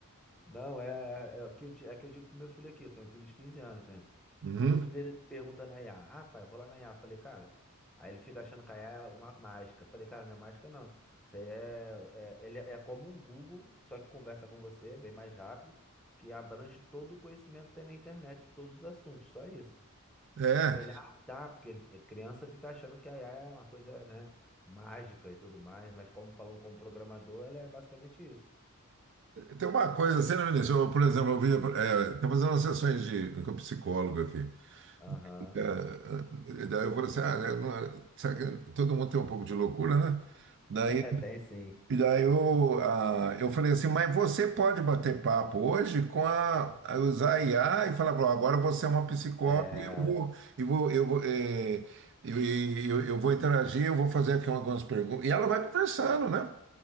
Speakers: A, in the centre; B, on the right (about 55°).
A: Não, é, é, é o que eu, di- é que eu digo pro meu filho aqui. Eu tenho um filho de 15 anos, né?
B: Uhum.
A: Tudo dele ele pergunta na IA. Ah, pai, eu vou lá na IA. Falei, cara. Aí ele fica achando que a IA é uma mágica. Falei, cara, não é mágica não. Isso aí é, é, ele é como um Google, só que conversa com você bem mais rápido, que abrange todo o conhecimento que tem na internet, todos os assuntos, só isso.
B: É,
A: Ele, ah, tá, porque ele, é, criança fica achando que a IA é uma coisa, né, mágica e tudo mais, mas como falando como programador, ela é basicamente isso.
B: tem uma coisa, você não me deixou, por exemplo, eu vi, é, estou fazendo umas sessões de, com um psicólogo aqui.
A: Aham.
B: É, E daí eu falei assim, ah, né, não- é, será que todo mundo tem um pouco de loucura, né? Daí
A: <laughs> Tem sim.
B: E daí eu, ah, eu falei assim, mas você pode bater papo hoje com a, a usar a IA e falar, "Bom, agora você é uma psicóloga
A: é
B: e eu vou, eu vou, eu vou, eh, eu, eu, eu vou interagir, eu vou fazer aqui algumas perguntas. E ela vai conversando, né?